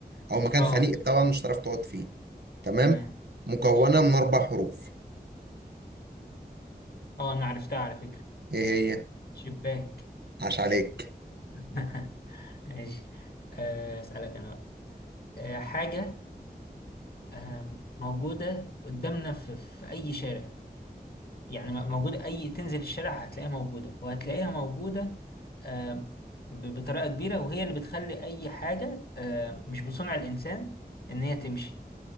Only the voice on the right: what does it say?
او مكان
خنيق
طبعا مش هتعرف تقعد فيه تمام
مكونه
من اربع حروف
ايه هي
عاش عليك